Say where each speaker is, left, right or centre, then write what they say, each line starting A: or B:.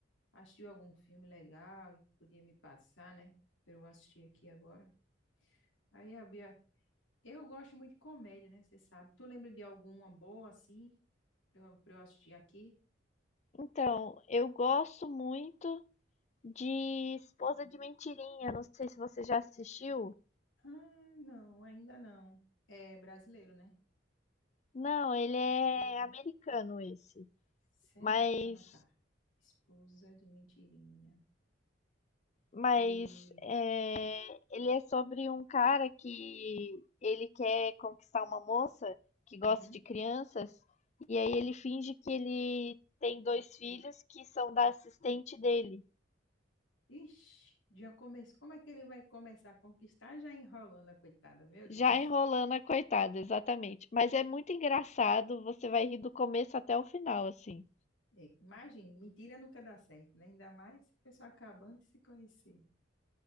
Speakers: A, on the left; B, on the left.
A: assistiu algum filme legal e podia me passar, né, para eu assistir aqui agora. Aí a Bia Eu gosto muito de comédia, né? Você sabe. Tu lembra de alguma boa assim pra eu, pra eu assistir aqui?
B: Então, eu gosto muito de Esposa de Mentirinha. Não sei se você já assistiu.
A: Ah, não, ainda não. É brasileiro, né?
B: Não, ele é americano esse,
A: Sério,
B: mas
A: deixa eu anotar. Esposa de mentirinha.
B: mas
A: E.
B: é, ele é sobre um cara que ele quer conquistar uma moça que gosta
A: Hum?
B: de crianças e aí ele finge que ele tem dois filhos que são da assistente dele.
A: Ixi, já comece... Como é que ele vai começar a conquistar já enrolando a coitada? Meu Deus.
B: Já
A: <laughs>
B: enrolando a coitada, exatamente. Mas é muito engraçado, você vai rir do começo até o final, assim.
A: É, imagine, mentira nunca dá certo, né? Ainda mais a pessoa acabando de se conhecer.